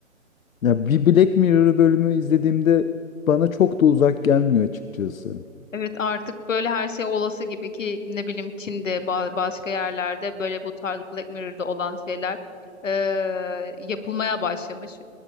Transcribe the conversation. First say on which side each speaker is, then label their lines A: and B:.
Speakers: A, on the left (about 80°); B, on the left (about 65°).
A: ya bir Black Mirror bölümü izlediğimde bana çok da uzak gelmiyor açıkçası.
B: Evet artık böyle her şey olası gibi ki ne bileyim Çin'de ba- başka yerlerde böyle bu tarz Black Mirror'da olan şeyler eee, yapılmaya başlamış.